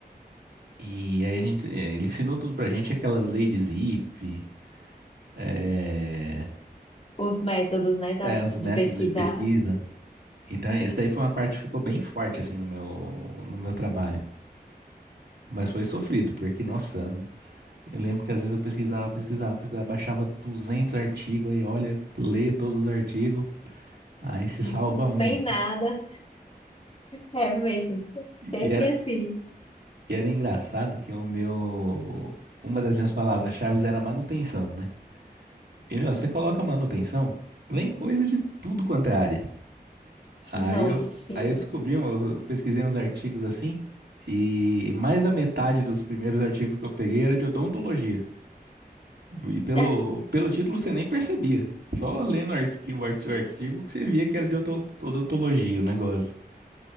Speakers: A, on the right; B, on the left.
A: E aí a gente, é, ele ensinou tudo pra gente, aquelas leis de Zipf, é,
B: os métodos, né, da,
A: é, os
B: de
A: métodos
B: pesquisar,
A: de pesquisa. Então, isso daí foi uma parte que ficou bem forte, assim, no meu, no meu trabalho. Mas foi sofrido, porque, nossa, eu lembro que às vezes eu pesquisava, pesquisava, pesquisava, baixava 200 artigos, aí olha, lê todos os artigos, aí se
B: não
A: salva
B: não
A: um.
B: tem nada. É mesmo,
A: E
B: sempre assim.
A: E era engraçado que o meu. Uma das minhas palavras-chave era manutenção, né? E, meu, você coloca manutenção, vem coisa de tudo quanto é área. Aí
B: Nossa,
A: eu,
B: sim,
A: aí eu descobri, um, eu eu pesquisei uns artigos assim, e mais da metade dos primeiros artigos que eu peguei era de odontologia. E pelo,
B: <laughs>
A: pelo título você nem percebia. Só lendo o artigo, o arti- o artigo que você via que era de oto- odontologia o negócio.